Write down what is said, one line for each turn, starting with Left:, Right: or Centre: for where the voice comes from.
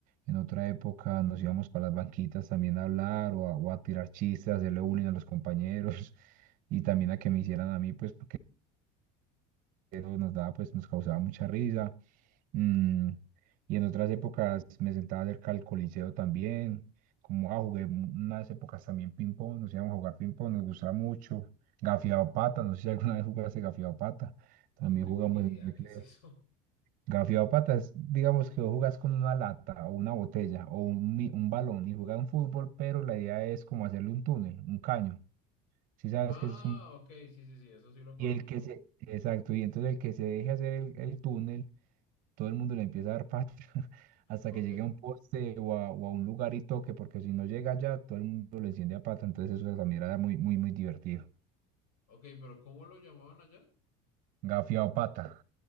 Right: en otra época nos íbamos para las banquitas también a hablar o a, o a tirar chistes, a hacerle bullying a los compañeros <laughs> y también a que me hicieran a mí, pues porque eso nos daba, pues nos causaba mucha risa. Mm, y en otras épocas me sentaba cerca del Coliseo también, como ah, jugué unas épocas también ping-pong, nos íbamos a jugar ping-pong, nos gustaba mucho. Gafiado pata, no sé si alguna <laughs> vez jugaste gafiado pata, también
Left: No tengo
Right: jugamos
Left: ni idea
Right: en el recreo.
Left: qué es eso. <laughs>
Right: Gafiado pata es, digamos que vos jugás con una lata o una botella o un, mi- un balón y jugás un fútbol, pero la idea es como hacerle un túnel, un caño. Si sabes
Left: Ah,
Right: que es un...
Left: ok, sí, sí, sí, eso sí lo conozco.
Right: Y el que se... Exacto, y entonces el que se deje hacer el el túnel todo el mundo le empieza a dar patria <laughs> hasta
Left: Ok,
Right: que llegue a un poste o a, o a un lugar y toque, porque si no llega allá, todo el mundo le enciende a pata, entonces eso también era muy, muy, muy divertido.
Left: ok, pero ¿cómo lo llamaban allá?
Right: Gafiao pata,